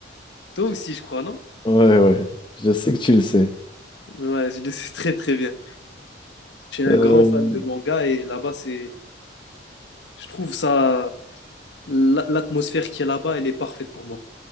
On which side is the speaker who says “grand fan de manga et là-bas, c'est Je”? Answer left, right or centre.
Left